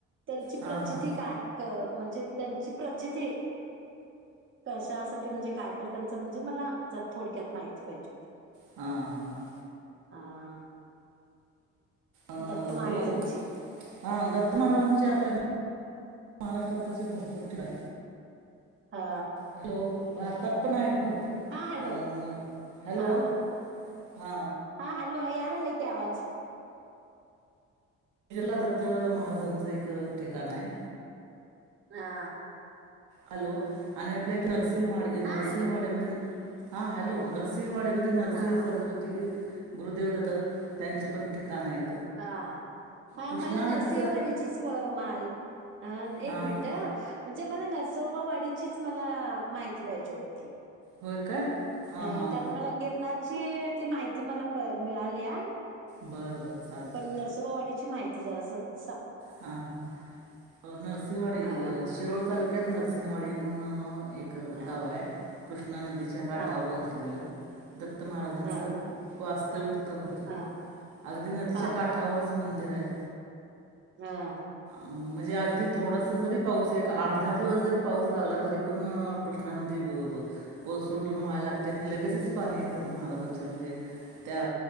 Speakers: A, on the right (about 40°); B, on the right (about 80°).
A: त्यांची
B: हां
A: प्रचिती
B: हां
A: काय म्हणजे त्यांची प्रचिती कशासाठी म्हणजे काय तर त्यांचं म्हणजे मला जर थोडक्यात माहिती पाहिजे होती
B: हा हा हा
A: अ
B: अ
A: दत्त महाराजांची
B: हे हा दत्त महाराजांचे आपल्या महाराष्ट्रात तचे भरपूर ठिकाण
A: हा
B: हॅलो भारतात पण आहेत भरपूर
A: हॅलो
B: हॅलो
A: हा
B: हा
A: हा हॅलो यालाले कि आवाज
B: शजुला दत्त महाराजांचं एक ठिकाण आहे
A: हा
B: हॅलो आणि आपल्या इथे नरसिंहवाडी नरसिंहवाडी
A: हा हॅलो
B: म्हणजे हा हॅलो नरसिंहंवाडी नरसिंह
A: हा
B: सरस्वती गुरुदेव दात त्यांचे पण ठिकाण आहेत
A: ह हा
B: कृष्णा
A: मला नरसिंवाडीचीच
B: नदीचं
A: माहिती अ
B: हां
A: एक मिनिट
B: हां
A: म्हणजे मला नरहिं नरसोबावाढीचीच मला माहिती पाहिजे होती
B: होय काय हां
A: अ
B: हां
A: कारण मला गिरनची ती माहिती मला मिळाली या
B: बरं बरं चालतं
A: पण नरसोबावाडीची माहिती जरा सत
B: हा हा नरसिंहवाडी
A: हा
B: शिरोळ तालुक्यात नरसिंहवाडी म्हणून एक
A: हा
B: गाव आहे कृष्णा नदीच्या काठावर
A: हा
B: वसलेलं दत्त महाराजांचं
A: हा
B: वास्तव्य तिथं होतं
A: हा
B: अगदी नदीच्या
A: हा
B: काठावरच मंदिर आहे
A: हा
B: म्हणजे अगदी थोडासं जरी पाऊस एक आठ दहा दिवस जरी पाऊस लागला तरी पण कृष्णा नदी बर ओसंडून व्हायला लागते आणि लगेचच पाणी येतं महाराजांच्या म्हणजे त्या